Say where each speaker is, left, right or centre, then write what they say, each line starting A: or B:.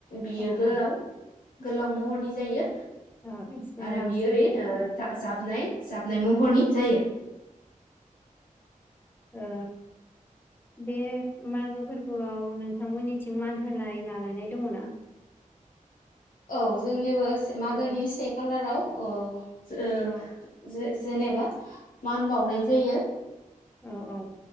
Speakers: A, on the left (about 80°); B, on the left (about 15°).
A: बियो
B: औ
A: गोलाव
B: औ
A: गोलाव महरनि जायो।
B: ओ मिथिनाय
A: आरो
B: लावज्रिथद्राय
A: बियो ओरै ओ जा जाबनाय जाबनाय महरनि। जायो
B: ओ बे मागो फोरबोआव नोंथांमोननिथिं मान होलाय लालायनाय दङ ना
A: औ जोंनियाबो से मागोनि
B: औ
A: से खालाराव अ ओं
B: औ
A: जे जेनेबा मान बावनाय जायो।
B: औ औ